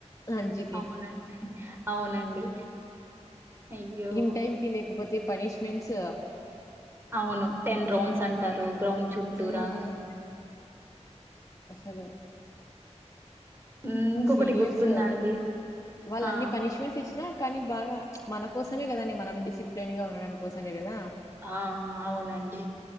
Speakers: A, on the left; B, on the right.
A: లంచ్కి
B: అవున అవునండి అయ్యో!
A: ఇన్ టైం కి లేకపోతే పనిష్మెంట్స్
B: అవును టెన్ రౌండ్స్ అంటారు గ్రౌండ్ చుట్టూరా
A: మ్మ్ అసలు
B: హ్మ్. ఇంకొకటి
A: సీనియర్స్
B: గుర్తుందా అండి?
A: వాళ్ళు
B: ఆ!
A: అన్ని పనిష్మెంట్స్ ఇచ్చినా కానీ బాగా మన కోసమే కదాండి మనం డిసిప్లిన్ గా ఉండడానికి కోసమే కదా
B: ఆ అవునండి